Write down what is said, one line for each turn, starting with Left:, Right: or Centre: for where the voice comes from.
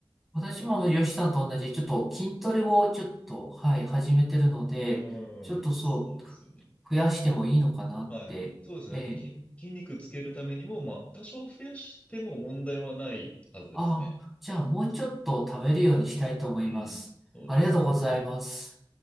Centre: 私もあの、吉さんと同じ、ちょっと筋トレをちょっと、はい、始めてるので、
Left: うんう
Centre: ちょっとそう、
Left: んうん、そうですよね。
Centre: ふ増やしてもいいのかなって。
Left: はい。そうですね。
Centre: ええ。
Left: 筋、筋肉つけるためにも、まあ、多少増やしても問題はないはずですね。
Centre: ああ、じゃあもうちょっと食べるようにしたいと思います。
Left: うん、そうですね。
Centre: ありがとうございます。